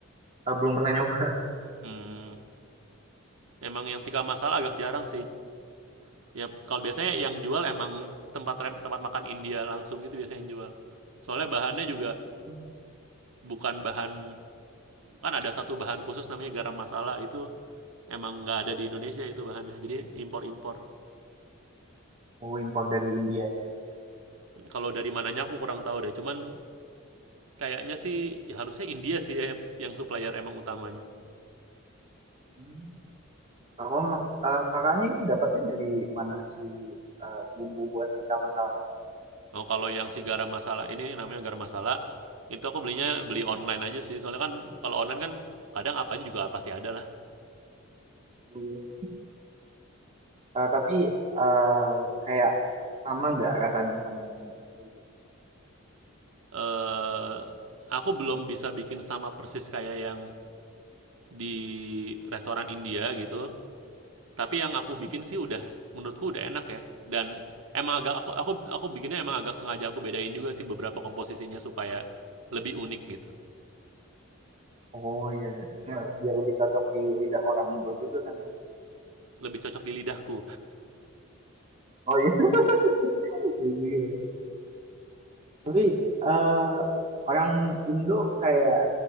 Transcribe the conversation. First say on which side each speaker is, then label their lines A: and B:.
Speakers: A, on the right; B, on the right.
A: eh, belum pernah nyoba.
B: Hmm, emang yang tikka masala agak jarang sih. Ya kalau biasanya yang jual emang tempat rem, tempat makan India langsung gitu biasanya yang jual. Soalnya bahannya juga
A: Hmm.
B: bukan bahan kan ada satu bahan khusus namanya garam masala itu emang nggak ada di Indonesia itu bahannya. Jadi impor-impor.
A: Oh, impor dari Indianya itu ya.
B: Kalau dari mananya aku kurang tahu deh. Cuman Kayaknya sih ya harusnya India sih ya yang supplier emang utamanya.
A: Hmm. Kalau ma- eh, kakaknya ini dapatnya dari mana si eh, bumbu buat tikar masalahnya?
B: Oh, kalau yang si garam masala ini namanya garam masala, itu aku belinya beli online
A: Hmm.
B: aja sih. Soalnya kan kalau online kan kadang apa aja juga pasti ada lah.
A: Oh, iya. Eh, tapi eh, kayak sama nggak rasanya sama yang asli
B: Eh aku belum bisa bikin sama persis kayak yang di restoran India gitu. Tapi yang aku
A: gitu?
B: bikin sih udah menurutku udah enak ya. Dan emang agak aku aku aku bikinnya emang agak sengaja aku bedain juga sih beberapa komposisinya supaya lebih unik gitu.
A: Oh iya, ya, biar lebih cocok di lidah orang Indo juga kan ya.
B: Lebih cocok di lidahku.
A: Oh iya, <laughs> iya juga ya. Tapi eh, orang Indo kayak